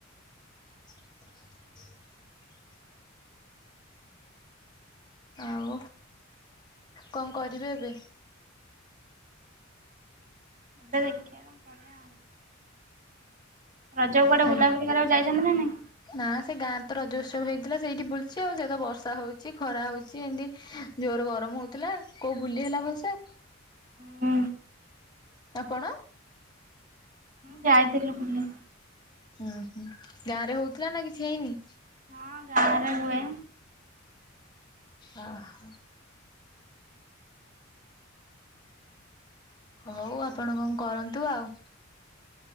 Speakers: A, on the left; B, on the right.
A: <inaudible> ଆଉ କଣ କରିବେ ଏବେ?
B: ଏବେ ଦେଖିବା କଣ କରିବା ଆଉ? ରଜକୁ କୁଆଡେ
A: ଖାଲି
B: ବୁଲାବୁଲି କରିବାକୁ ଯାଇଛନ୍ତି ନା ନାଇଁ।
A: ନା ସେ ଗାଁରେ ତ ରଜ ଉତ୍ସବ ହେଇଥିଲା ସେଇଠି ବୁଲୁଛି ଆଉ ସେତ ବର୍ଷା ହଉଛି ଖରା ହଉଛି ଏମତି ଜୋର ଗରମ ହଉଥିଲା। କୋଉ ବୁଲି ହେଲା ଭଲସେ?
B: ହୁମ।
A: ଆପଣ?
B: ହଁ ଯାଇଥିଲି ବୁଲି।
A: ଉଁ ହୁ ଗାଁ ରେ ହଉଥିଲା ନା କିଛି ହେଇନି?
B: ହଁ ଗାଁ ରେ ହୁଏ।
A: ହ ହ। ହଉ ଆପଣ କଣ କରନ୍ତୁ ଆଉ